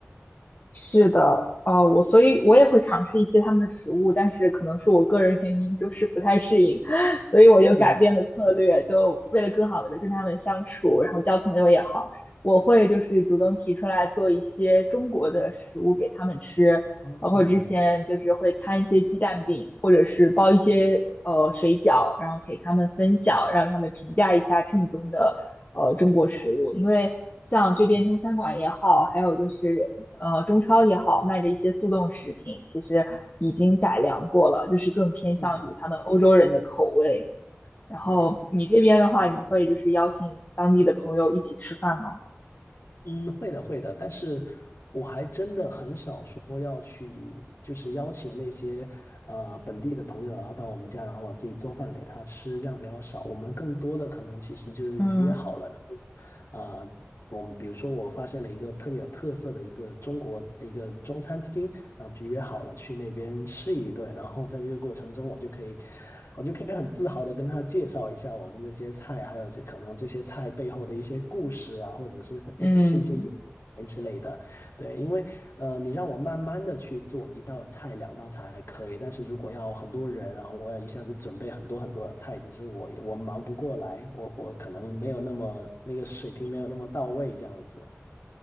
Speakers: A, on the left; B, on the left.
A: 是的，呃，我所以我也会尝试一些他们的食物，但是可能是我个人原因，就是不太适应，<laughs> 所以我就改变了策略，
B: 嗯，
A: 就为了更好的跟他们相处，然后交朋友也好，我会就是主动提出来做一些中国的食物给他们吃，
B: 啊，
A: 包括之前就是会摊一些鸡蛋饼，
B: 嗯，啊，
A: 或者是包一些呃水饺，然后给他们分享，让他们评价一下正宗的呃中国食物，因为。像这边中餐馆也好，
B: 好
A: 还有就是呃中超也好卖的一些速冻食品，其实已经改良过了，就是更偏向于他们欧洲人的口味。
B: 嗯，
A: 然后你这边的话，
B: 对。
A: 你会就是邀请当地的朋友一起吃饭吗？
B: 嗯，会的，会的，但是我还真的很少说要去，就是邀请那些呃本地的朋友，啊到我们家，然后我自己做饭给他吃，这样比较少。我们更多的可能其实就是约好了，
A: 嗯
B: 然后啊、呃我们比如说，我发现了一个特别有特色的一个中国呃一个中餐厅，那我们就约好了去那边吃一顿。然后在这个过程中，我就可以，<laughs> 我就可以很自豪的跟他介绍一下我们这些菜，还有这可能这些菜背后的一些故事啊，或者是是一些由来之类的。
A: 嗯，
B: 对，因为呃，你让我慢慢的去做一道菜、两道菜还可以，但是如果要很多人，然后我要一下子准备很多很多的菜，其实我我忙不过来，我我可能没有那么那个水平没有那么到位，这样子。